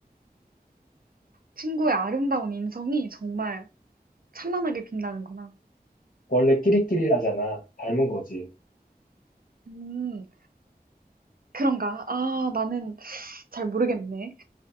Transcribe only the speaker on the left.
원래 끼리끼리라잖아. 닮은 거지.